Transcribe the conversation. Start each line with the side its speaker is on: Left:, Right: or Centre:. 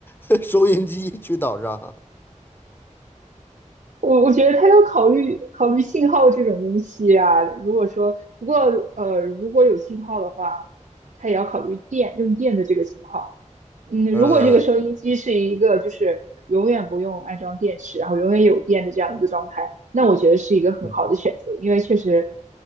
Left: <laughs> 收音机去岛上，
Right: 我我觉得他要考虑考虑信号这种东西啊。如果说不过呃，如果有信号的话，他也要考虑电用电的这个情况。嗯，
Left: 呃，
Right: 如果这个收音机是一个就是永远不用安装电池，然后永远有电的这样一个状态，那我觉得是一个很好的选择，
Left: 嗯
Right: 因为确实